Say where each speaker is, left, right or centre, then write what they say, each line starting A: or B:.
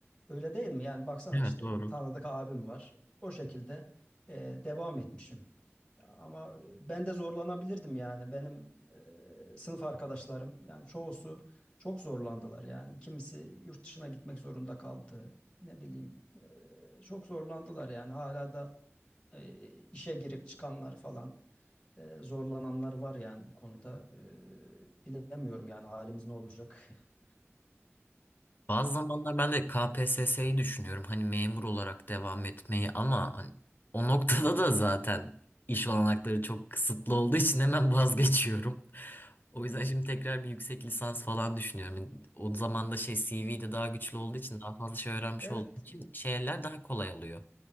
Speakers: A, on the left; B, on the left.
A: Öyle değil mi? Yani baksana
B: Evet
A: işte
B: doğru.
A: tanıdık abim var. O şekilde eee, devam etmişim. Ama e, ben de zorlanabilirdim yani. Benim e, sınıf arkadaşlarım yani çoğusu çok zorlandılar yani. Kimisi yurt dışına gitmek zorunda kaldı. Ne bileyim e, çok zorlandılar yani. Hala da e, işe girip çıkanlar falan e, zorlananlar var yani bu konuda. E, bilemiyorum yani halimiz ne olacak. <laughs>
B: Bazı zamanlar ben de KPSS'yi düşünüyorum hani memur olarak devam etmeyi ama hani o noktada da zaten iş olanakları çok kısıtlı olduğu için hemen vazgeçiyorum. O yüzden şimdi tekrar bir yüksek lisans falan düşünüyorum. Yani o zaman da şey C V de daha güçlü olduğu için daha fazla şey öğrenmiş
A: Evet
B: olduğu için şeyler daha kolay alıyor.